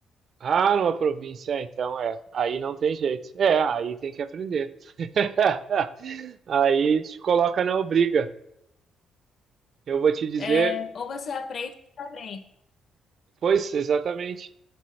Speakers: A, on the right; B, on the left.
A: Ah, numa província, é, então é, aí não tem jeito. É, aí tem que aprender. <laughs> Aí te coloca na obriga. Eu vou te dizer,
B: É, ou você aprende ou você aprende.
A: pois, exatamente.